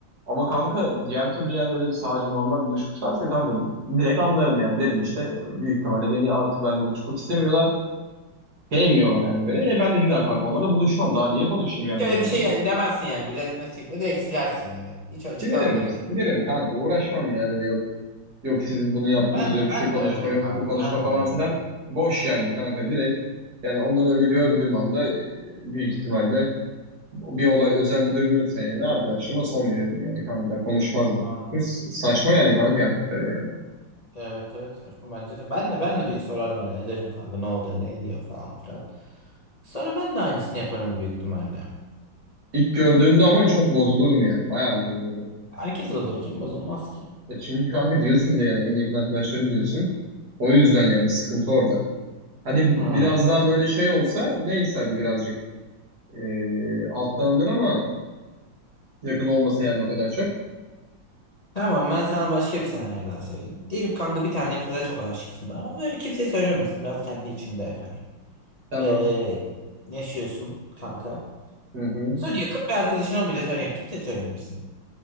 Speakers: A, on the right; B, on the left.
A: Ama kanka diğer türlü yani öyle sadece normal buluşmuşlarsa kanka direkt anlarım yani derim işte büyük ihtimalle beni artık bende buluşmak istemiyorlar. Sevmiyorlar yani beni. E ben de bir daha kanka onlarla buluşmam. Daha niye konuşayım yani
B: Hiç öyle
A: ben onlarla?
B: bir şey demezsin yani bir resme çekme direkt silersin yani. Hiç açıklama
A: Silerim,
B: bile bekle.
A: silerim kanka uğraşmam yani öyle yok. Yok siz bunu
B: Ben
A: yaptınız
B: de ben
A: yok
B: de ben
A: şu konuşma
B: de öyle yapardım.
A: yok bu konuşma
B: Ben
A: falan
B: de öyle
A: filan. Boş yani kanka direkt. Yani onları öyle gördüğüm anda e, büyük ihtimalle bir olay özel bir durum yoksa yani arkadaşıma son verirdim yani kanka konuşmazdım.
B: yapardım.
A: S- Saçma yani kanka yaptıkları yani.
B: Evet evet saçma bence de. Ben de ben de bir sorarım hani ederim kanka ne oldu ne ediyor falan filan. Sonra ben de aynısını yaparım büyük ihtimalle.
A: İlk gördüğümde ama çok bozulurum yani bayağı bir bozulurum.
B: Herkes olur kim bozulmaz ki.
A: E çünkü kanka diyorsun bir de yani en yakın arkadaşların diyorsun. O yüzden yani sıkıntı orada. Hadi biraz
B: Hmm.
A: daha böyle şey olsa neyse hadi birazcık e, alttan alınır ama yakın olmasa yani o kadar çok.
B: Tamam ben sana başka bir senaryo daha söyleyeyim. Diyelim kanka bir tane kıza çok aşıksın da ama böyle kimseye söylememişsin biraz kendi içinde hani.
A: Tamam
B: Ee, yaşıyorsun kanka.
A: Hı hı.
B: Sonra yakın bir arkadaşına bile söyleyen kimseye söylememişsin.